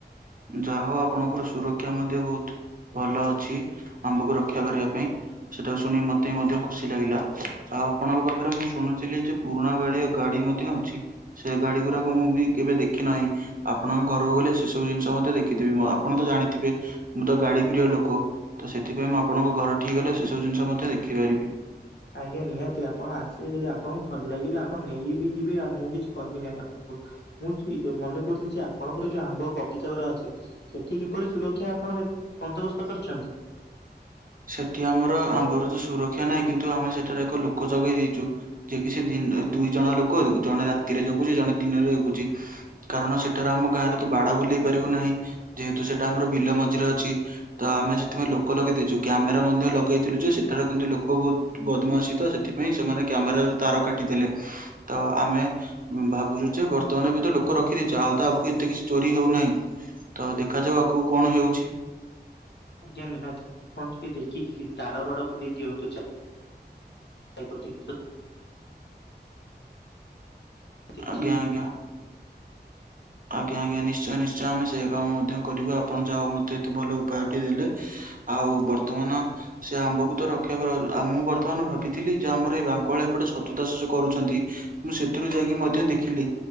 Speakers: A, on the right; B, on the left.
A: ଯାହ ହଉ ଆପଣଙ୍କର ସୁରକ୍ଷା ମଧ୍ୟ ବହୁତ ଭଲ ଅଛି। ଆମ୍ବକୁ ରକ୍ଷା କରିବା ପାଇଁ। ସେଟା ଶୁଣି ମତେ ମଧ୍ୟ ଖୁସି ଲାଗିଲା। ଆଉ ଆପଣଙ୍କ ପାଖରେ ମୁଁ ଶୁଣୁଥିଲି ଯେ ପୁରୁଣା କାଳିଆ ଗାଡି ଗାଡି ମଧ୍ୟ ଅଛି। ସେ ଗାଡି ଗୁଡାକ ମୁଁ ବି କେବେ ଦେଖି ନାହିଁ। ଆପଣଙ୍କ ଘରକୁ ଗଲେ ସେ ସବୁ ଜିନିଷ ମଧ୍ୟ ଦେଖିଥିବି। ଆପଣ ତ ଜାଣିଥିବେ, ମୁଁ ତ ଗାଡି ପ୍ରିୟ ଲୋକ। ତ ସେଥିପାଇଁ ମୁଁ ଆପଣଙ୍କ ଘର ଠି ଗଲେ, ସେ ସବୁ ଜିନିଷ ମଧ୍ୟ ଦେଖିପାରିବି।
B: ଆଜ୍ଞା ନିହାତି, ଆପଣ ଆସିବେ ଯଦି ଆପଣଙ୍କୁ ଭଲ ଲାଗିବେ ଆପଣ ନେଇ ବିି ଯିବେ। ଆଉ ମୁଁ କିଛି କହିବି ନାହିଁ ମୁଁ ମୁଁ ଠିକରେ ମନେ କରୁଥିଲି ଯେ ଆପଣଙ୍କର ଯୋଉ ଆମ୍ବ ବଗିଚା ଗୁରା ଅଛି ସେଠି କିପରି ସୁରକ୍ଷା ଆପଣ ବେବ ବନ୍ଦୋବସ୍ତ କରିଛନ୍ତି?
A: ସେଠି ଆମର ଆମ୍ବର ତ ସୁରକ୍ଷା ନାଇଁ କିନ୍ତୁ ଆମେ ସେଠାରେ ଏକ ଲୋକ ଜଗେଇ ଦେଇଚୁ। ଯେ କି ସେ ଦିନ ଦୁଇ ଜଣ ଲୋକ ଜଣେ ରାତିରେ ଜଗୁଚି ଜଣେ ଦିନରେ ଜଗୁଚି। କାରଣ ସେଠାରେ ଆମ ଗାଁ ରେ ତ ବାଡ଼ା ବୁଲେଇ ପାରିବୁ ନାହିଁ ଯେହେତୁ ସେଟା ଆମର ବିଲ ମଝିରେ ଅଛି। ତ ଆମେ ସେଥିପାଇଁ ଲୋକ ଲଗେଇ ଦେଇଚୁ କ୍ୟାମେରା ମଧ୍ୟ ଲଗେଇଥିଲୁ ଯେ ସେଠାର କିନ୍ତୁ ଲୋକ ବହୁତ ବଦମାସି ତ ସେଥିପାଇଁ ସେମାନେ କ୍ୟାମେରା ର ତାର କାଟିଦେଲେ ତ ଆମେ ଭାବୁଚୁ ଯେ ବର୍ତ୍ତମାନ ବି ତ ଲୋକ ରଖିଦେଇଚୁ ଆଉ ତା ଆଗକୁ ଏତେ କିଛି ଚୋରି ହଉନାହିଁ। ତ ଦେଖାଯାଉ ଆଗକୁ କଣ ହେଉଛି।
B: ଆଜ୍ଞା ନିହାତି ଆପଣ ଟିକେ ଦେଖିକି ତାର ବାଡ଼ ବୁଲେଇ ଦିଅନ୍ତୁ ଚା ଚାଇପତି ତ କିଛି
A: ଆଜ୍ଞା ଆଜ୍ଞା। ଆଜ୍ଞା ଆଜ୍ଞା ନିଶ୍ଚୟ ନିଶ୍ଚୟ ଆମେ ସେଇଆ କାମ ମଧ୍ୟ କରିବୁ ଆପଣ ଯାହା ହଉ ମତେ ଏତେ ଭଲ ଉପାୟଟି ଦେଲେ। ଆଉ ବର୍ତ୍ତମାନ ସେ ଆମ୍ବକୁ ତ ରକ୍ଷା କରାଗଲା ଆଉ ମୁଁ ବର୍ତ୍ତମାନ ଭାବିଥିଲି ଯୋଉ ଆମର ଏଇ ବାଙ୍କୁ ଆଳ ଏପଟେ ଛତୁ ଚାଷ ଯୋଉ କରୁଛନ୍ତି ମୁଁ ସେଥିରୁ ଯାଇକି ମଧ୍ୟ ଦେଖିଲି